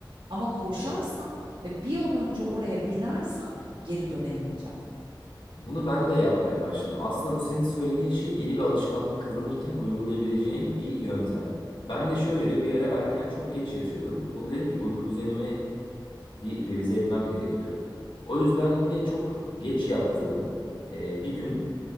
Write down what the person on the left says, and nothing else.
Evet.
Bunu ben de yapmaya başladım. Aslında bu senin söylediğin şey yeni bir alışkanlık kazanırken uygulayabileceğin bir yöntem. Ben de şöyle bir ara erken çok geç yatıyordum. Bunu dedim ki uyku düzenimi bir revize etmem gerekiyor. O yüzden yine çok geç yattığım e, bir gün